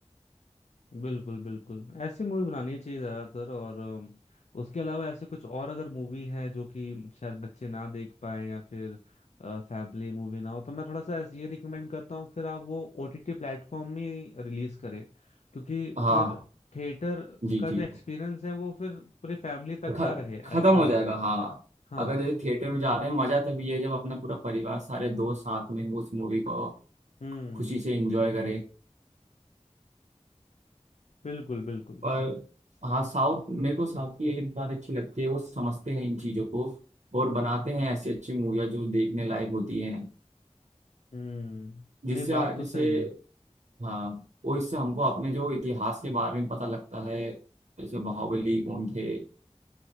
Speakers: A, on the left; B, on the right.
A: बिल्कुल बिल्कुल ऐसी मूवी बनानी चाहिए ज्यादातर और अम, उसके अलावा ऐसे कुछ और अगर मूवी है जो कि शायद बच्चे ना देख पाए या फिर फैमिली मूवी ना हो तो मैं थोड़ा सा ऐसे ये रिकमेंड करता हूँ फिर आप वो ओटीटी प्लेटफॉर्म में रिलीज करें क्योंकि
B: हाँ
A: फिर थिएटर
B: जी
A: का
B: जी
A: जो एक्सपीरियंस है वो फिर पूरी फैमिली तक
B: ख-
A: का रहे ऐसा
B: खत्म हो
A: रहे
B: जाएगा हाँ
A: हाँ
B: अगर जैसे थिएटर में जाते हैं मजा तभी है जब अपना पूरा परिवार सारे दोस्त साथ में उस मूवी को
A: हम्म
B: खुशी से एंजॉय करे
A: बिल्कुल बिल्कुल
B: पर हाँ साउथ मेरे को साउथ की यही बात अच्छी लगती है वो समझते हैं इन चीजों को और बनाते हैं ऐसी अच्छी मूवियाँ जो देखने लायक होती हैं
A: हम्म
B: जिससे
A: नहीं बात तो
B: जिससे
A: सही है
B: हाँ वो इससे हमको अपने जो इतिहास के बारे में पता लगता है जैसे बाहुबली कौन थे